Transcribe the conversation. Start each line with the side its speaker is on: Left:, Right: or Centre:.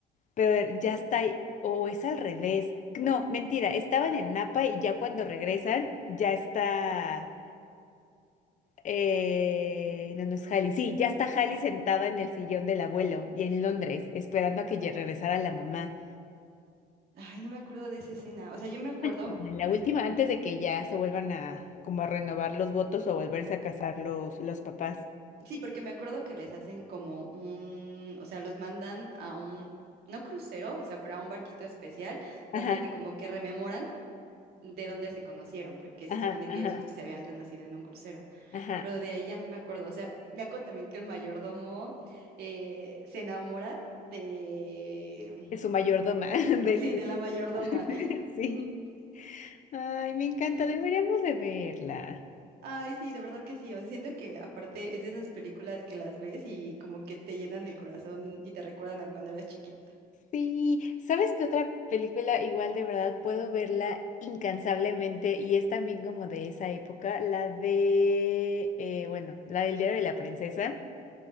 Left: pero ya está, ahí- o es al revés. No, mentira, estaban en Napa y ya cuando regresan ya está. Eh, no, no es Hallie. Sí, ya está Hallie sentada en el sillón del abuelo y en Londres, esperando a que ya regresara la mamá.
Right: Ay, no me acuerdo de esa escena. O sea, yo me acuerdo,
Left: La última, antes de que ya se vuelvan a como a renovar los votos o volverse a casar los, los papás.
Right: sí, porque me acuerdo que les hacen como un, o sea, los mandan a un, no crucero, o sea, pero a un barquito especial donde
Left: Ajá,
Right: como que rememoran de dónde se conocieron, porque se
Left: ajá,
Right: supone que
Left: ajá,
Right: ellos justo se habían conocido en un crucero.
Left: ajá.
Right: Pero de ahí ya no me acuerdo. O sea, me acuerdo también que el mayordomo eh, se enamora de,
Left: Es su mayordoma <laughs> de
Right: <laughs> sí,
Left: su.
Right: de la mayordoma.
Left: <laughs>
Right: <laughs>
Left: Sí. Ay, me encanta, deberíamos de verla.
Right: Ay, sí, de verdad que sí. O sea, siento que aparte es de esas películas que las ves y como que te llenan el corazón y te recuerdan a cuando eras chiquita.
Left: Sí, ¿sabes qué otra película igual de verdad puedo verla incansablemente y es también como de esa época? La de, eh, bueno, la del Diario de la Princesa.